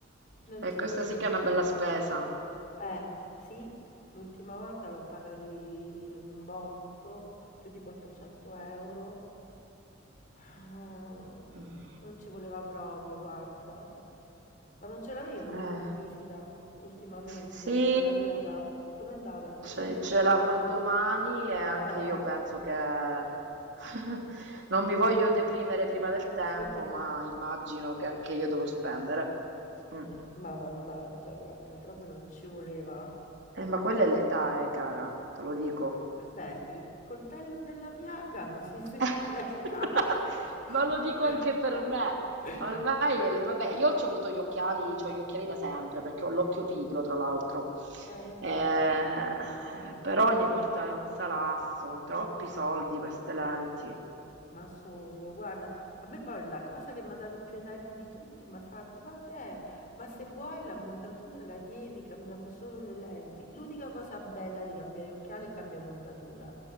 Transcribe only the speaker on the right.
E questa
sì che è una bella spesa.
Mm,
eh.
Sì,
ce, ce l'avrò domani e anche
io
penso che <laughs> non mi voglio deprimere prima del tempo,
ma immagino che anche io dovrò spendere. Mm.
Eh, ma quella è l'età, eh, cara, te lo dico.
<laughs>
Ma lo dico anche per me. Ormai, è le- vabbè, io ho avuto gli occhiali, c'ho gli occhiali da sempre perché ho l'occhio pigro, tra l'altro.
Eh, però ogni volta è un salasso, troppi soldi per ste lenti.